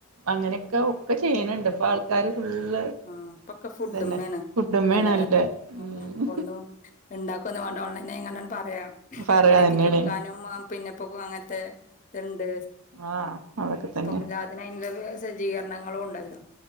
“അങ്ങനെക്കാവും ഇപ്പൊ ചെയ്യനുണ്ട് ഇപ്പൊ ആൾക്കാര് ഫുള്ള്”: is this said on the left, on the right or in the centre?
Right